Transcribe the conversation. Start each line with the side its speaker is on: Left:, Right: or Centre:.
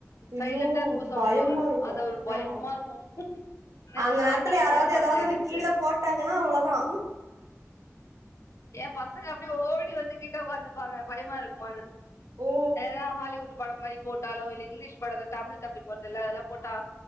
Right: ஐயோ
Left: சைலண்டா இருக்கும்போது சவுண்ட்
Right: பயம்மாருக்கு
Left: வரும் அது ஒரு பயமா
Right: ஆம்மா
Left: இருக்கும் நேத்து
Right: அந்த
Left: சாத்தான்
Right: நேரத்துல யாராவது
Left: படம் பார்த்தேன்
Right: எதாவது ஒன்னு
Left: நேத்து
Right: கீழ போட்டாங்கன்னா அவ்ளதா
Left: எபசங்க அப்டே ஓடி வந்து கிட்ட ஒக்காந்துப்பாங்க பயமாருக்குமான்னு
Right: ஓ
Left: ஏன்னா ஹாலிவுட் படம் மாரி போட்டாலோ இல்ல இங்கிலீஷ்த்த பட தமிழ் தப்பிங் போட்டால்ல அதெல்லா போட்டா